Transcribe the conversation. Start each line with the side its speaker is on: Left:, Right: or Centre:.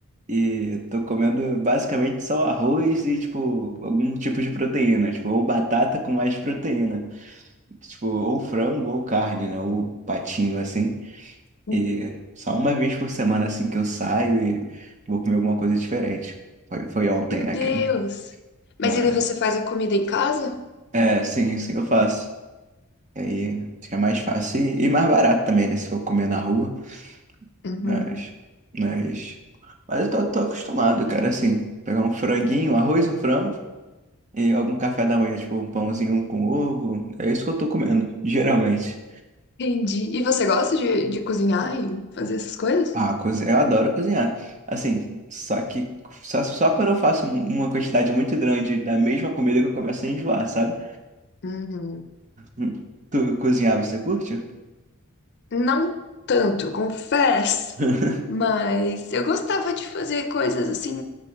Right: e tô comendo basicamente só arroz e, tipo, algum tipo de proteína, tipo, ou batata com mais proteína, tipo, ou frango ou carne, né, ou patinho, assim.
Left: Uhum.
Right: E só uma vez por semana, assim, que eu saio e vou comer alguma coisa diferente. Foi, foi ontem,
Left: Meu
Right: né,
Left: Deus!
Right: cara?
Left: Mas
Right: Mas,
Left: e daí você faz a comida em casa?
Right: é, sim, sim, eu faço. E aí fica mais fácil e e mais barato também, né, se for comer na rua.
Left: Uhum.
Right: Mas, mas, mas eu tô, tô acostumado, cara, assim, pegar um franguinho, arroz, um frango e algum café da manhã, tipo um pãozinho com ovo, é isso que eu tô comendo, <laughs> geralmente.
Left: Entendi. E você gosta de, de cozinhar e fazer essas coisas?
Right: Ah, cozi- eu adoro cozinhar, assim, só que só, só quando eu faço um- uma quantidade muito grande da mesma comida que eu começo a enjoar, sabe?
Left: Uhum.
Right: Hum. Tu cozinhar, você curte?
Left: Não tanto, eu confesso,
Right: <laughs>
Left: mas eu gostava de fazer coisas assim